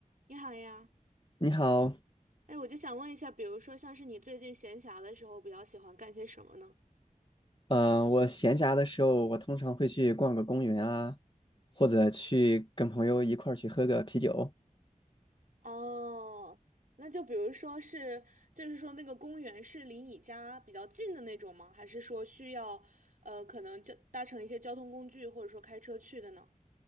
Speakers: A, on the right; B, on the left.
A: 你好呀，
B: 你好，
A: 哎，我就想问一下，比如说像是你最近闲暇的时候，比较喜欢干些什么呢？
B: 呃，我闲暇的时候，我通常会去逛个公园啊，或者去跟朋友一块儿去喝个啤酒
A: 哦，那就比如说是，就是说那个公园是离你家比较近的那种吗？还是说需要，呃，可能就搭乘一些交通工具，或者说开车去的呢？